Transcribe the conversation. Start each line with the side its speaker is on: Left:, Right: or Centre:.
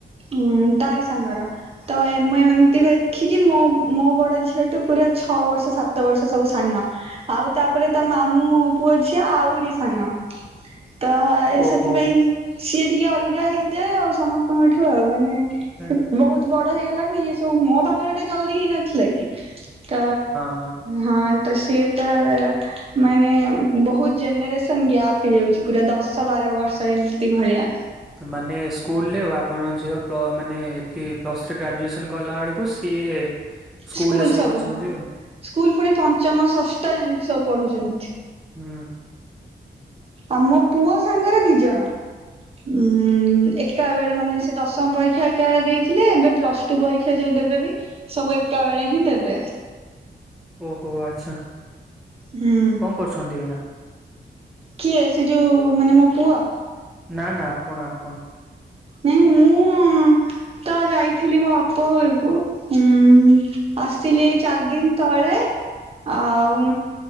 Right: ହୁଁ ତାରି ସାଙ୍ଗର ତ ଏମ ଏମତି ଦେଖିକି ମୋ ମୋ ବଡ ଝିଅ ଟୁ ପୁରା। ଛଅ ବର୍ଷ ସାତ ବର୍ଷ ସବୁ ସାନ ଆଉ ତାପରେ ତା ମାମୁଁ ପୁଅ ଝିଅ ଆହୁରି ସାନ ତ
Centre: ଓହୋ
Right: ସେଥିପାଇଁ। ସିଏ ଟିକେ ଅଲଗା ହେଇଯାଏ ଆଉ ସମସ୍ତଙ୍କଠୁ ଆଉ ମାନେ
Centre: ହଁ
Right: ବହୁତ ବଡ। ହେଇଗଲା କ ଇଏ ସବୁ ମୋ ବାହା ଘର ଟା ଜଲଦି ହେଇନଥିଲା କି। ତ
Centre: ହଁ।
Right: ହଁ। ତ ସିଏ ତ ମାନେ ବହୁତ ଜେନେରେସନ୍ ଗ୍ୟାପ ହେଇଯାଉଛି ପୁରା ଦଶ। ବାର ବର୍ଷ ଏମିତି ଭଳିଆ
Centre: ମାନେ ସ୍କୁଲରେ ଆପଣ? ଝିଅ ମାନେ ଏଠି ପ୍ଲସ ଥ୍ରୀ ଗ୍ରାଜୁଏସନ କଲା ବେଳକୁ ସିଏ। ସ୍କୁଲରେ
Right: ସ୍କୁଲ ସବୁ
Centre: ଅଛନ୍ତି
Right: ହଁ
Centre: ଆଉ।
Right: ସ୍କୁଲ ପୁଣି ପଞ୍ଚମ ଷଷ୍ଠ ଏମିତି ସବୁ ପଢୁଛନ୍ତି।
Centre: ହୁଁ।
Right: ଆମ ପୁଅ ସାଙ୍ଗରେ ଦି ଜଣ ଉଁ ଏକା ବେଳେ ମାନେ ସେ ଦଶମ ପରୀକ୍ଷା ଏକା ବଳେ ଦେଇଥିଲେ ଏବେ ପ୍ଲସ ଟୁ ପରୀକ୍ଷା ଯୋଉ ଦେବେବ ସବୁ ଏକା ବଳେ ହିଁ ଦେବେ।
Centre: ଓହୋ ଆଚ୍ଛା
Right: ହୁଁ
Centre: କଣ କରୁଛନ୍ତି ଏଇନା।
Right: କିଏ ସେ ଯୋଉ ମାନେ ମୋ ପୁଅ।
Centre: ନା ନା ଆପଣ ଆପଣ
Right: ନାଇଁ ମୁଁ ତ ଯାଇଥିଲି ମୋ ବାପ ଘରକୁ ଉ ଆସିଲି ଏଇ ଚାରି ଦିନ ତଳେ। ଆଉ।